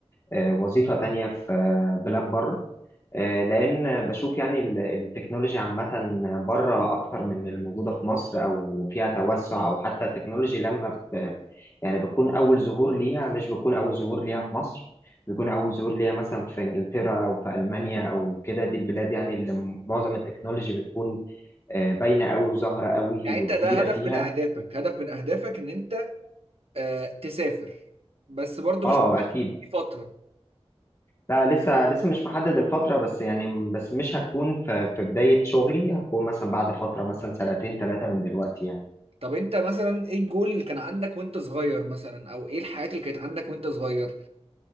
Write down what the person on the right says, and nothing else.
يعني
انت ده هدف
من اهدافك هدف من اهدافك ان انت اه تسافر بس برضو
مش مستني
فترة
طب انت مثلا ايه الجول اللي كان عندك وانت صغير مثلا او ايه الحاجات اللي كانت عندك وانت صغير